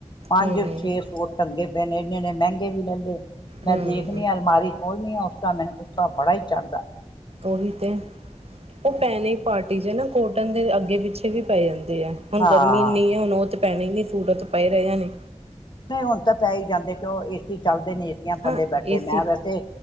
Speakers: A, on the left (about 40°); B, on the right (about 55°).
A: ਪੰਜ
B: ਹੂੰ
A: ਛੇ ਫੁੱਟ ਅੱਗੇ ਬਨ ਇੰਨੇ- ਇੰਨੇ ਮਹਿੰਗੇ ਵੀ ਲੈਂਦੇ ਮੈਂ
B: ਹੂੰ
A: ਦੇਖਣੀ ਆ ਅਲਮਾਰੀ ਬੋਲ ਨਹੀਂ ਹੋਤਾ, ਮੈਨੂੰ ਗੁੱਸਾ ਬੜਾ ਹੀ ਚੜ੍ਹਦਾ
B: ਉਹੀ ਤੇ ਉਹ ਪੈਣੇ ਹੀ ਪਾਰਟੀ ਚ ਨਾ, ਕੋਟਨ ਦੇ ਅੱਗੇ ਪਿੱਛੇ ਵੀ ਪੈ ਜਾਂਦੇ ਐ ਹੁਣ
A: ਹਾਂ
B: ਗਰਮੀ ਇੰਨੀ ਆ ਹੁਣ ਉਹ ਤੇ ਪੈਣੀ ਨਹੀਂ ਸੂਟ ਤਾਂ ਪਏ ਰਹੇ ਨੇ
A: ਨਹੀਂ ਹੁਣ ਤਾਂ ਪੈ ਹੀ ਜਾਂਦੇ ਕਿਉਂ ਏਸੀ ਚੱਲ ਦੇ ਨੇ ਏਸੀਆਂ
B: ਹਾਂ
A: ਥੱਲੇ ਬੈਠੇ
B: ਏਸੀ
A: ਮੈਂ ਵੈਸੇ